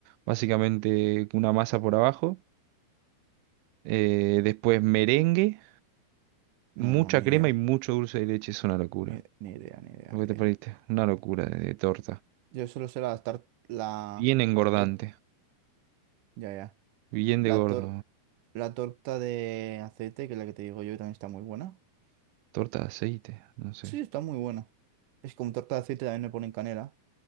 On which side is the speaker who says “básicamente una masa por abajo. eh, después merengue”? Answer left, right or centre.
Right